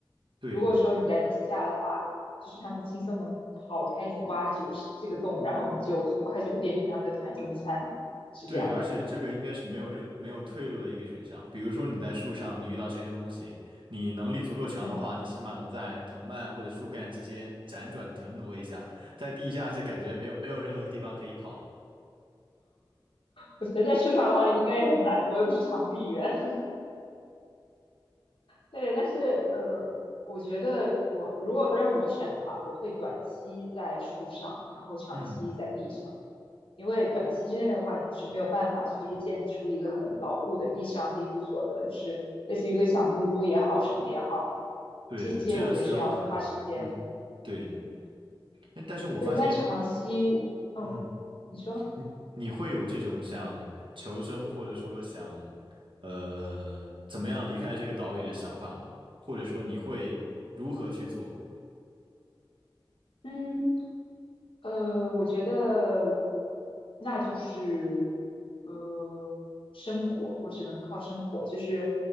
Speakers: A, on the right; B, on the left.
A: 对
B: 如果说你在地下的话，就是它们轻松能刨开你挖的这个这个洞，然后你就很快就会变成它们的盘中餐，是这样的。
A: 对，而且这个应该是没有任没有退路的一个选项。比如说你在树上，你遇到这些东西，你能力足够强的话，
B: 嗯，
A: 你起码能在藤蔓或者树干之间辗转腾挪一下，在地下就感觉没有没有任何地方可以跑了。
B: 我觉得在树上的话应该也很难，我又不是长臂猿。对，但是呃，我觉得我如果让我选的话，我会短期在树上，然后长期在壁上，
A: 嗯，
B: 因为短期之内的话，你是没有办法就是建出一个很牢固的地上庇护所的，就是类似于一个小木屋也好，什么也好，
A: 对的，
B: 这些我觉得是要花时间。
A: 这样需要很，嗯，对。
B: 嗯，
A: 哎但但是我发现，
B: 对，但长期，嗯，
A: 嗯，
B: 你说。
A: 你你会有这种想求生，或者说想呃怎么样离开这个岛屿的想法吗？或者说你会如何去做？
B: 嗯。呃，我觉得那就是呃生活，我只能靠生活，就是